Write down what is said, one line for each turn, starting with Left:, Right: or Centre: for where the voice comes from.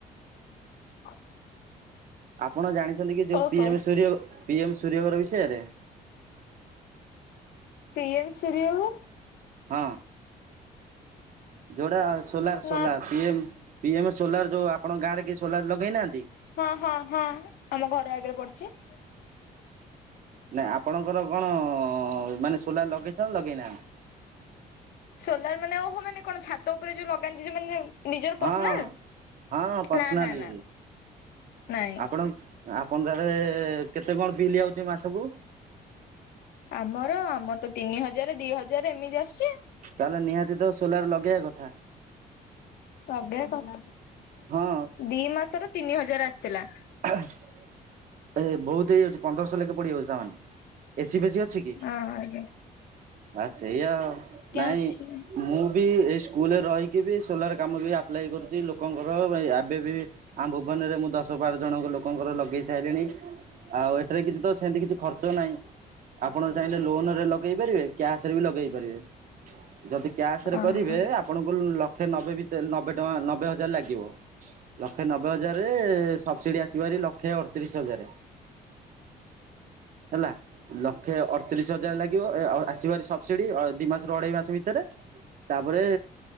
Left: ଆଉ
Right: ଆପଣ ଜାଣିଛନ୍ତି କି ଯୋଉ
Left: ଓହୋ
Right: ପିଏମ୍ ସର୍ଯ୍ୟ ପିଏମ୍ ସୂର୍ଯ୍ୟ ଘର ବିଷୟରେ?
Left: ପିଏମ୍ ସୂର୍ଯ୍ୟ ଘର
Right: ହଁ ଯୋଉଟା ସୋଲାର୍-ସୋଲାର୍
Left: ନା
Right: ପିଏମ୍-ପିଏମ୍ ସୋଲାର୍ ଯୋଉ ଆପଣଙ୍କ ଗାଁରେ କିଏ ସୋଲାର୍ ଲଗେଇ ନାହାନ୍ତି?
Left: ହଁ-ହଁ-ହଁ ଆମ ଘର ଆଗେରେ ପଡିଚି।
Right: ନା ଆପଣଙ୍କର କଣ ମାନେ ସୋଲାର୍ ଲଗେଇଛ ଲଗେଇ ନାହାନ୍ତି?
Left: ସୋଲାର୍ ମାନେ ଓହୋ ମାନେ କଣ ଛାତ ଉପରେ ଯୋଉ ଲଗାନ୍ତି ଯୋଉ ମାନେ ନିଜର ପର୍ସନାଲ?
Right: ହଁ-ହଁ ପର୍ସନାଲି
Left: ନା ନା ନା ନାଇଁ
Right: ଆପଣ ଆପଣ <unintelligible> କେତେ କଣ ବିଲ୍ ଆଉଚି ମାସକୁ?
Left: ଆମର-ଆମର ତ ତିନି ହଜାରେ ଦି ହଜାରେ ଏମିତି ଆସୁଚି ଆଉ।
Right: ତାହେଲେ ନିହାତି ତ ସୋଲାର୍ ଲଗେଇଆ କଥା।
Left: ଲଗେଇଆ କଥା,
Right: ହଁ
Left: ଦି ମାସର ତିନି ହଜାର ଆସିଥିଲା।
Right: ଏହେ ବହୁତ୍ ହେଇଯାଉଚି ପନ୍ଦରଶହ ଲେଖେ ପଡିଯାଉଚି ତା ମାନେ, ଏସି ଫେସିି ଅଛି କି?
Left: ହଁ, ଅଜ୍ଞ।
Right: ଆ ସେଇଆ ଆଉ, ନାଇଁ
Left: ଅଛି
Right: ମୁଁ ବି ଏଇ ସ୍କୁଲରେ ରହିକି ବି ସୋଲାର୍ କାମ ବି ଆପ୍ଲାଇ କରୁଚି ଲୋକଙ୍କର, ଏବେ ବି ଆମ ଭୁବନରେ ମୁଁ ଦଶ ବାର ଜଣକ ଲୋକଙ୍କର ଲଗେଇ ସାଇଲେଣି, ଆଉ ଏଠାରେ କିଛି ତ ସେନ୍ତି କିଛି ଖର୍ଚ୍ଚ ନାହିଁ। ଆପଣ ଚାହିଁଲେ ଲୋନ ରେ ଲଗେଇ ପାରିବେ କ୍ୟାସ୍ ରେ ବି ଲଗେଇ ପାରିବେ। ଯଦି କ୍ୟାସ୍ ରେ
Left: ଓହୋ
Right: କରିବେ, ଆ ଆପଣଙ୍କୁ ଲକ୍ଷେ ନବେ ଭିତେ ନବେ ଟଙ୍କା ନବେ ହଜାର୍ ଲାଗିବ, ଲକ୍ଷେ ନବେ ହଜାରେ ସବସିଡି ଆସିବ ହାରି ଲକ୍ଷେ ଅଡତିରିଶ୍ ହଜାରେ। ହେଲା। ଲକ୍ଷେ ଅଡତିରିଶ୍ ହଜାର ଲାଗିବ ଏ ଆସିବ ହାର ସବସିଡି ଦି ମାସରୁ ଅଢେଇ ମାସ ଭିତେରେ। ତାପରେ